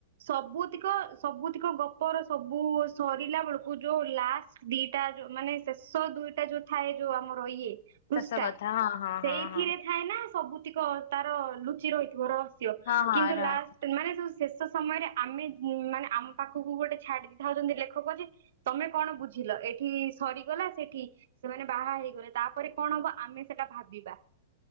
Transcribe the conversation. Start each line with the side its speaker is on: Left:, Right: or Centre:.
Right: ସବୁତିକ ସବୁତିକ ଗପର ସବୁ ସରିଲା ବେଳକୁ ଯୋଉ ଲାଷ୍ଟ ଦିଟା ମାନେ ଶେଷ ଦୁଇଟା ଯୋଉ ଥାଏ ଯୋଉ ଆମର ଇଏ ପୃଷ୍ଟା,
Left: ଶେଷ କଥା ହଁ ହଁ
Right: ସେଇଥିରେ
Left: ହଁ ହଁ
Right: ଥାଏ ନା ସବୁ ତିକ ତାର ଲୁଚି ରହିଥିବ ରହସ୍ୟ।
Left: ହଁ ହଁ
Right: କିନ୍ତୁ
Left: ରହସ୍ୟ
Right: ଲାଷ୍ଟ ମାନେ ଯୋଉ ଶେଷ ସମୟରେ ଆମେ ମାନେ ଆମ ପାଖକୁ ଗୋଟେ ଛାଡି ଦେଇ ଥାଉଛନ୍ତି ଲେଖକ ଯେ ତମେ କଣ ବୁଝିଲ। ଏଠି ସରିଗଲା ସେଠି ସେମାନେ ବାହା ହେଇଗଲେ ତାପରେ କଣ ହବ ଆମେ ସେଟା ଭାବିବା।